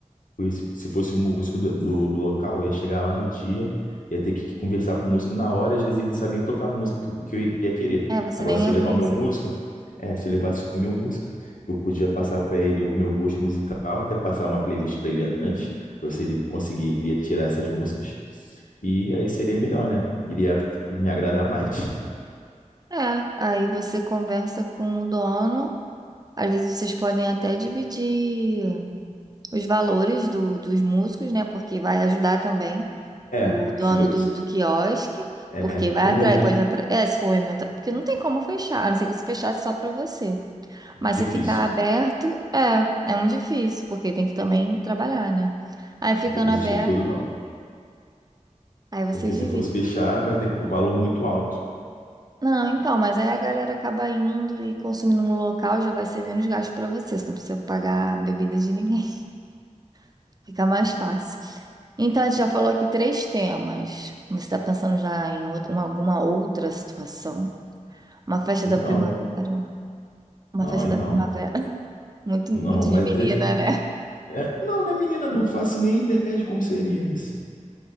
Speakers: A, on the left; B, on the right.
A: Porque se se fosse um músico do, do, do local, eu ia chegar lá no dia, ia ter que conversar com o músico na hora, e às vezes ele não sabia nem tocar a música que eu, que eu iria querer.
B: É, você
A: Agora,
B: nem
A: se
B: ia
A: eu levar
B: conhecer.
A: o meu músico, é, se eu levasse o meu músico, eu podia passar para ele o meu gosto musical, até passar uma playlist para ele antes, para ver se ele conseguiria tirar essas músicas. E aí seria melhor, né? Iria me agradar mais.
B: É, aí você conversa com o dono. Às vezes vocês podem até dividir os valores do, dos músicos, né? Porque vai ajudar também
A: É,
B: o
A: porque
B: dono
A: se, bo-
B: do, do quiosque,
A: é
B: porque vai
A: como
B: atrair,
A: é evento
B: pode atrair. É, se for um evento, porque não tem como fechar, a não ser que você fechasse só para você. Mas
A: difícil,
B: se ficar aberto, é, é muito difícil, porque tem que também trabalhar, né? Aí ficando
A: não estou com esse
B: aberto,
A: dinheiro todo, não.
B: aí vocês
A: Porque se
B: dividem.
A: fosse fechar, vai ter que um valor muito alto.
B: Não, então, mas aí a galera acaba indo e consumindo no local, já vai ser menos gasto para você, você não precisa pagar bebida de ninguém, <laughs> fica mais fácil. Então,
A: <laughs>
B: a gente já falou aqui três temas. Você está pensando já em out- uma- alguma outra situação? Uma festa
A: Ele,
B: da
A: Não,
B: primavera. Uma
A: não,
B: festa
A: aí
B: da
A: não.
B: primavera. <laughs> Muito,
A: Não,
B: muito
A: mas
B: de menina,
A: é,
B: né?
A: é- não, né, menina? Não faço nem ideia de como seria isso.